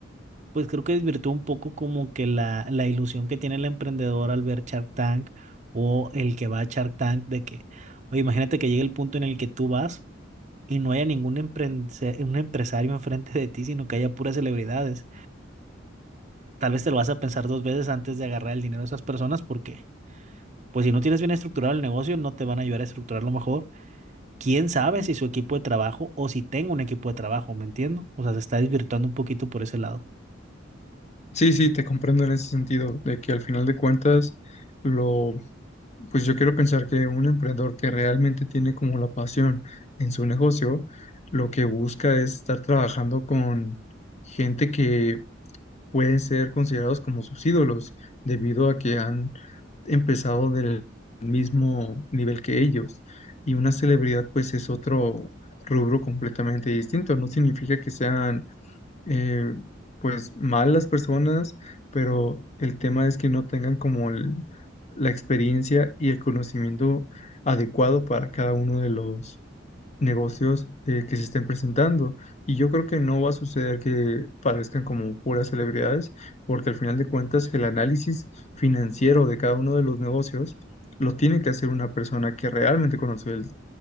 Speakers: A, on the right; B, on the left.
A: pues creo que desvirtúa un poco como que la, la ilusión que tiene el emprendedor al ver Shark Tank o el que va a Shark Tank de que, oye, imagínate que llegue el punto en el que tú vas y no haya ningún emprendse- un empresario enfrente de ti, sino que haya puras celebridades. Tal vez te lo vas a pensar dos veces antes de agarrar el dinero de esas personas porque, pues si no tienes bien estructurado el negocio, no te van a ayudar a estructurarlo mejor. ¿Quién sabe si su equipo de trabajo o si tengo un equipo de trabajo, ¿me entiendo? O sea, se está desvirtuando un poquito por ese lado.
B: Sí, sí, te comprendo en ese sentido, de que al final de cuentas lo Pues yo quiero pensar que un emprendedor que realmente tiene como la pasión en su negocio, lo que busca es estar trabajando con gente que pueden ser considerados como sus ídolos, debido a que han empezado del mismo nivel que ellos. Y una celebridad pues es otro rubro completamente distinto. No significa que sean eh, pues mal las personas, pero el tema es que no tengan como el- la experiencia y el conocimiento adecuado para cada uno de los negocios eh, que se estén presentando. Y yo creo que no va a suceder que parezcan como puras celebridades, porque al final de cuentas el análisis financiero de cada uno de los negocios lo tiene que hacer una persona que realmente conoce el